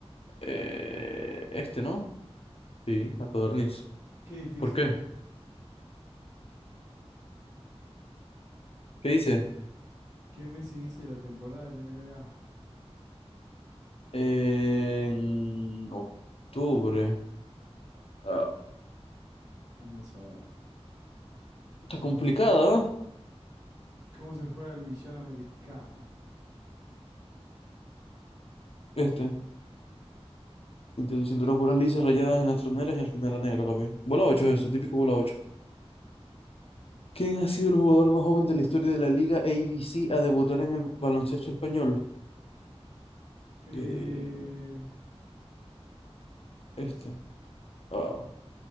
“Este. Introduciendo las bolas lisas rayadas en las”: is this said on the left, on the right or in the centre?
Left